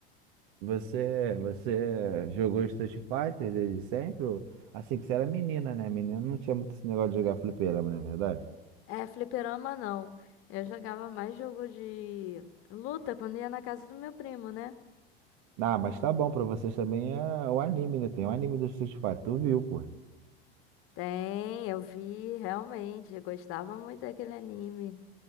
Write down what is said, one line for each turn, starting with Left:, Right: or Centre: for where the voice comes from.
Right: você, você jogou Street Fighter desde sempre? Assim que você era menina, né? Menina não tinha muito esse negócio de jogar fliperama, não é verdade?
Left: É, fliperama não. Eu jogava mais jogo de luta quando ia na casa do meu primo, né?
Right: Ah, mas tá bom, pra vocês também é o anime, né? Tem o anime do Street Fighter, tu viu, pô.
Left: Tem, eu vi, realmente. Eu gostava muito daquele anime.